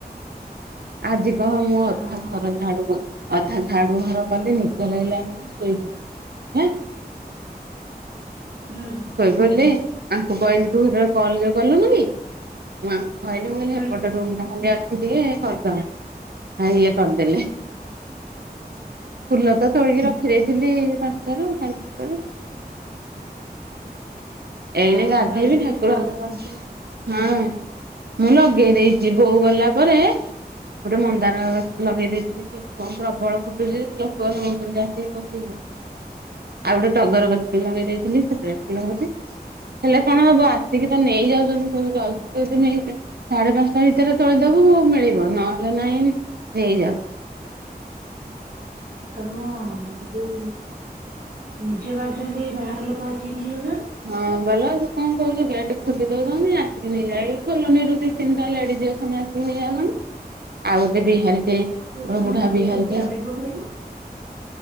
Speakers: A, on the right; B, on the right.
A: ଆଜି କହ ମୁଁ ଅଧା
B: ହଁ
A: ଘର ଝାଡୁ କର ଅଧା ଝାଡୁ ଘର କଲି ନିଦ ଲାଗିଲାଣି ଶୋଇ ପଡଲି ହ୍ନେ <inaudible>
B: ହୁଁ
A: ଶୋଇପଇଲି ଆଙ୍କୁ କହିଲି ତୁ ଯେତଳେ କଲ କଲୁ ନୁ କି ମୁଁ ଆଙ୍କ ମୁଁ କହିଲି ମୁଁ କହିନି
B: ହୁଁ
A: ଏପଟ ରୁମ ଟା ଖାଲି ଅଛି ଟିକେ କରିଦବ ଇଏ କରିଦେଲେ। ଫୁଲ ତ ତୋଳିକି ରଖି ଦେଇଥିଲି ପାଞ୍ଚଟାରୁ ସାଢେ ପାଞ୍ଚଟାରୁ। ଏଇନେ
B: ହଁ
A: ଗାଧେଇ
B: ବାଡିରେ
A: ବି ଠାକୁର
B: ଫୁଲ ଗଛ
A: ଘରେ ପଶିବି ହଁ। ମୁଁ ଲଗେଇ ଦେଇଚି ବୋଉ ଗଲା ପରେ ଗୋଟେ ମନ୍ଦାର ଗଛ ଲଗେଇ ଦେଇଥିଲି ସେ କଣ ପ୍ରବଳ ଫୁଟୁଚି ଯେ ଲୋକ ନଉଚନ୍ତି ଆସିକି ପଶିକି ଆଉ ଗୋଟେ ଟଗର ଗଛ ବି ଲଗେଇ ଦେଇଥିଲି ସେଥିରେ ଫୁଲ ହଉଚି।
B: <unintelligible>
A: ହେଲେ କଣ ହବ ଆସିକି ତ ନେଇଯାଉଚନ୍ତି ସବୁ ଜଲଦି ଜଲଦି ନେଇ ସାଢେ ପାଞ୍ଚଟା ଭିତରେ ତୋଳିଦବୁ ମିଳିବ ନହେଲେ ନାହିଁ ନେଇଯାଉ
B: ତମ ଯୋଉ ନିଜ ବାଡିରେ ବାହାର ଲୋକ ଆସି ନେଇି ଯାଉଚ
A: ହଁ ଭଲ ଆ ତୁ କଣ କହୁଚୁ ଗେଟେ ଖୋଲି ଦଉଚନ୍ତି ଆସିକି ନେଇ ଯାଇ କଲୋନୀ ରୁ ଦିତିନିଟା ଲେଡ଼ିସ ଅଛନ୍ତି ଆସିକି ନେଇଯାଉଚନ୍ତି। ଆଉ ଗୋଟେ ବିହାରୀ ଟେ ଗୋଟେ
B: ଆଉ ତମେ
A: ବୁଢା ବିହାରୀଟେ
B: ଗେଟ ଚାବି ପକେଇବ